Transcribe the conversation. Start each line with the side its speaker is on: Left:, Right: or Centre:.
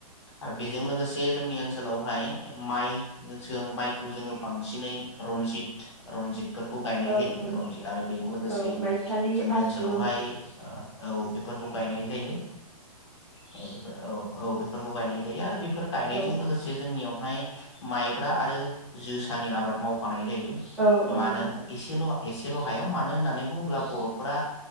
Left: आरो बेजों लोगोसे जोंनि ओन सोलावहाय माइ जों माइखौ जोङो बांसिनै रनजित-रनजित बेफोरखौ गायनाय
Centre: औ
Left: जायो
Centre: औ
Left: रनजित आरो बेजों लोगोसे
Centre: औ माइसालि
Left: जोंनि
Centre: आसु
Left: ओनसोलावहाय ओ औ बेफोरखौ गायनाय जायो औ औ बेफोरखौ गायनाय जायो आरो बेफोर गायनायजों
Centre: औ
Left: लोगोसे जोंनियाव ओमफ्राय माइब्रा आरो जोसानि आबाद मावफानाय जायो।
Centre: औ औ
Left: मानो
Centre: नंगौ नोंथां
Left: एसेल' <unintelligible> एसेल' हायाव मानो होननानै बुङोब्ला बर'फोरा